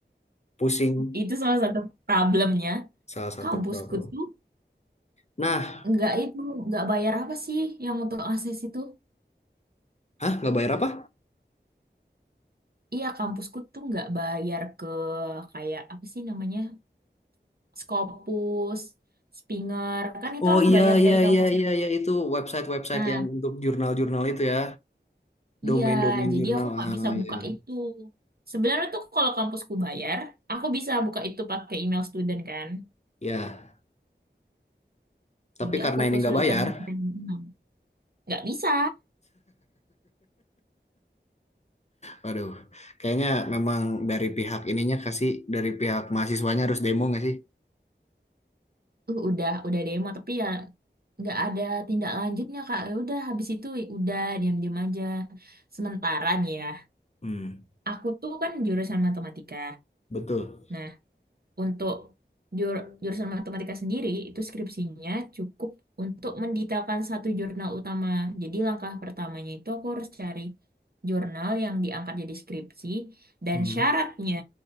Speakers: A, on the left; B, on the right.
A: Pusing.
B: Itu salah satu problemnya.
A: Salah satu
B: Kampusku
A: problem.
B: tuh
A: Nah,
B: nggak itu, nggak bayar apa sih yang untuk akses itu?
A: hah nggak bayar apa?
B: Iya, kampusku tuh nggak bayar ke kayak apa sih namanya? Scopus, Springer Kan itu
A: Oh
B: harus
A: iya
B: bayar
A: iya
B: dari kampusnya.
A: iya iya iya itu website-website
B: Nah,
A: yang untuk jurnal-jurnal itu ya,
B: Iya,
A: domain-domain
B: jadi
A: jurnal.
B: aku nggak
A: Ah
B: bisa
A: iya.
B: buka
A: iya.
B: itu. Sebenarnya tuh kalau kampusku bayar, aku bisa buka itu pakai email student kan.
A: Ya, tapi
B: Jadi
A: karena
B: aku
A: ini
B: kesulitan
A: nggak bayar,
B: mencari email. Nggak bisa.
A: waduh, kayaknya memang dari pihak ininya kasih dari pihak mahasiswanya harus demo nggak sih?
B: Uh, udah, udah demo tapi ya nggak ada tindak lanjutnya Kak. Ya udah habis itu ya udah diam-diam aja. Sementara nih ya,
A: Hmm,
B: aku tuh kan jurusan matematika.
A: betul.
B: Nah, Untuk jur- jurusan matematika sendiri, itu skripsinya cukup untuk mendetailkan satu jurnal utama. Jadi langkah pertamanya itu aku harus cari jurnal yang diangkat jadi skripsi dan
A: Hmm.
B: syaratnya